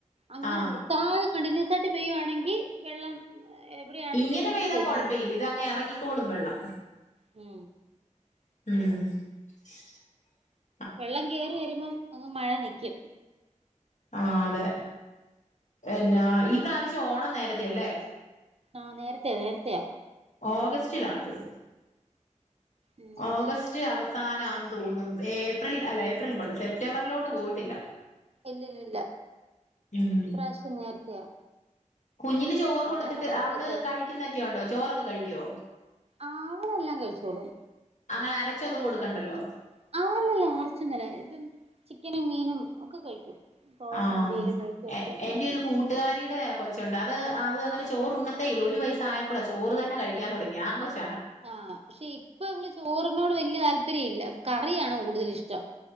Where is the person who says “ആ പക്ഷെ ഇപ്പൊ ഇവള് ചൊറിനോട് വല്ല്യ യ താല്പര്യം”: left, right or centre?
Right